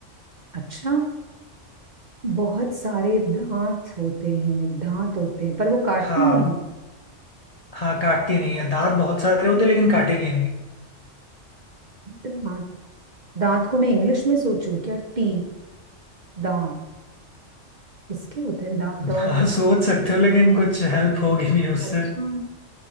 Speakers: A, on the right; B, on the left.
A: अच्छा बहुत सारे दांत होते हैं दांत होते हैं पर वो काटते
B: हाँ
A: नहीं हैं।
B: हाँ काटती नहीं है दांत बहुत सारे होते हैं लेकिन काटेगी नहीं
A: दांत दांत को मैं इंग्लिश में सोचूं क्या टीथ दांत किसके होते हैं दांत और
B: हाँ सोच सकते हो लेकिन कुछ हेल्प होगी नहीं उससे
A: अच्छा